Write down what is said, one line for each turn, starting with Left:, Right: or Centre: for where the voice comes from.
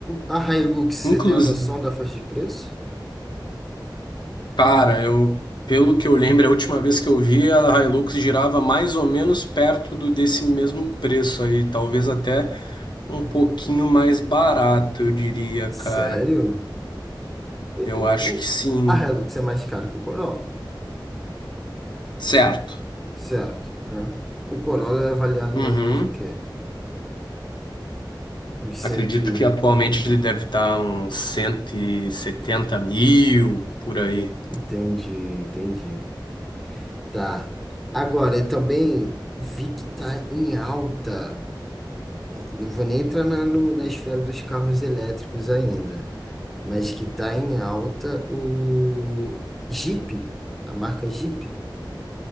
Centre: A Hilux, você
Left: Inclusive,
Centre: tem a noção da faixa de preço?
Left: cara, eu, pelo que eu lembro, a última vez que eu vi a Hilux girava mais ou menos perto do desse mesmo preço aí, talvez até um pouquinho mais barato, eu diria,
Centre: Sério?
Left: cara.
Centre: O,
Left: Eu acho
Centre: o-
Left: que sim.
Centre: a Hilux é mais cara que o Corolla,
Left: Certo.
Centre: certo, né? O Corolla é avaliado
Left: Uhum.
Centre: mais ou menos o quê? Os
Left: Acredito
Centre: sete.
Left: que atualmente ele deve estar uns 170 mil por aí.
Centre: Entendi, entendi. Tá. Agora, eu também vi que tá em alta. Não vou nem entrar na, no- na esfera dos carros elétricos ainda, mas que tá em alta o Jeep, a marca Jeep.